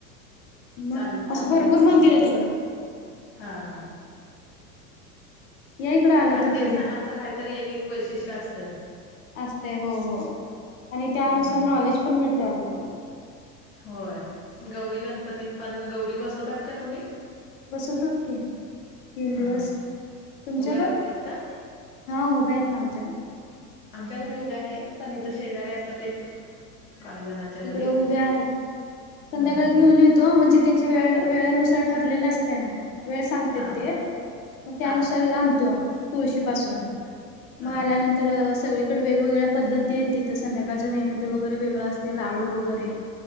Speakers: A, on the left (about 15°); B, on the left (about 55°).
A: चाल
B: मग अशी
A: चांगल
B: भरपूर
A: असते
B: मंदिर
A: किं
B: आहे
A: मग
B: तिकडं
A: हा हा
B: या इकडं आला
A: प्रत्येक
B: तर कधी
A: सणांचं काहीतरी एक एक वैशिष्ट्य असतंय
B: असते हो हो आणि त्यानुसार
A: हम्म
B: नॉलेज पण मिळतय आपल्याला
A: होय गौरी गणपतीत पण गौरी बसवतात का तुम्ही?
B: बसवतो की तीन
A: अ
B: दिवस तुमच्याकड?
A: उभ्या गौरी असतात
B: हा उभ्या आहेत ना आमच्याकड....
A: आमच्या घरी उभ्या नाहीत पण इथ शेजारी असतात एक... काही जणांच्या घरी
B: हिकडं उभ्या आहेत संध्याकाळी
A: हम् हम
B: घेऊन
A: हम
B: येतो म्हणजे... त्यांची वेळ वेळानुसार ठरलेल असतयना... वेळ सांगत्यात
A: हा
B: ते मग त्यानुसार
A: हा
B: आणतो..... तुळशी पासून
A: हम् हा
B: मग आल्यानंतर... सगळीकड वेगवेगळ्या पद्धती आहेत, इथं संध्याकाळचं नैवेद्य वगैरे वेगळं असतय लाडू वगैरे...